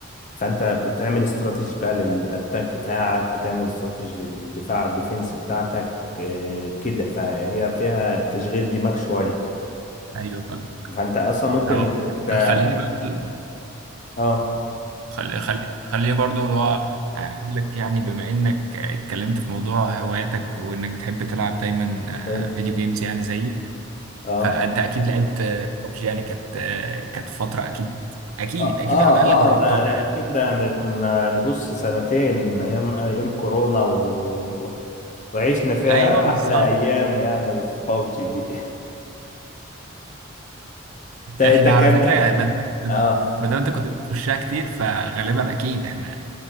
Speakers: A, on the left; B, on the right.
A: فأنت بتعمل استراتيجي بقى للأتاك بتاعك بتعمل استراتيجي للدفاع الديفنس بتاعتك آه، كده فهي فيها تشغيل دماغ شوية
B: ايوه فاهم
A: فأنت أصلا ممكن
B: اه
A: ت-
B: خليني برضو
A: اه
B: خلي خلي خليه برضو اللي هو اقول لك يعني بما انك اتكلمت في موضوع هواياتك وانك بتحب تلعب دايما
A: حلو
B: آه، فيديو جيمز يعني زيي
A: اه
B: فانت اكيد لعبت آه، ببجي يعني كانت آه، كانت فترة اكيد اكيد
A: اه
B: اكيد
A: اه
B: على الاقل جربتها
A: اه ده ده اكيد ده يعني كنا نبص سنتين ايام ايام كورونا و... وعشنا فيها
B: ايوه بالظبط
A: احلى ايام يعني في بابجي دي <laughs> تا
B: احنا
A: تا
B: على
A: كان
B: فكرة يعني بدل
A: اه
B: ما دام انت كنت بتخشها كتير فغالبا اكيد احنا